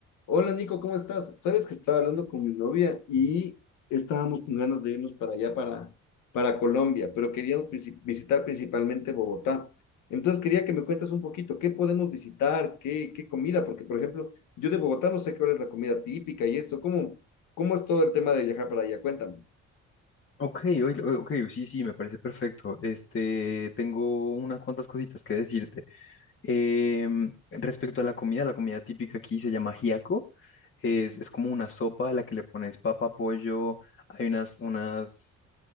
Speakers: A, on the left; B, on the left.
A: Hola Nico, ¿cómo estás? Sabes que estaba hablando con mi novia y estábamos con ganas de irnos para allá, para, para Colombia, pero queríamos princi- visitar principalmente Bogotá. Entonces quería que me cuentes un poquito qué podemos visitar, qué, qué comida, porque por ejemplo, yo de Bogotá no sé cuál es la comida típica y esto, ¿cómo, cómo es todo el tema de viajar para allá? Cuéntame.
B: Ok, oílo, ok, sí, sí, me parece perfecto. Este, tengo unas cuantas cositas que decirte. Em, respecto a la comida, la comida típica aquí se llama giaco. Es,
A: Ujú.
B: es como una sopa a la que le pones papa, pollo, hay unas, unas